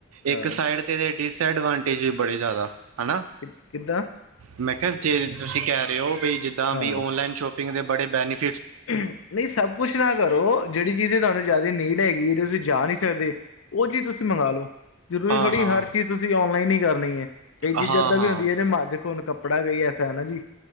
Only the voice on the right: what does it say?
ਇੱਕ ਸਾਈਡ ਤੇ ਐਡਵਾਂਟੇਜ ਵੀ ਬੜੀ ਜ਼ਿਆਦਾ ਹਨਾ।
ਮੈਂ ਕਿਹਾ, ਜੇ ਤੁਸੀਂ ਕਹਿ ਰਹੇ ਹੋ। ਬ ਜਿੱਦਾਂ
ਵੀ ਔਨਲਾਈਨ ਸ਼ੋਪਿੰਗ ਦੇ ਬੜੇ ਬੈਨੀਫਿ
ਹਾਂ
ਹਾਂ
ਹਾਂ
ਹਾਂ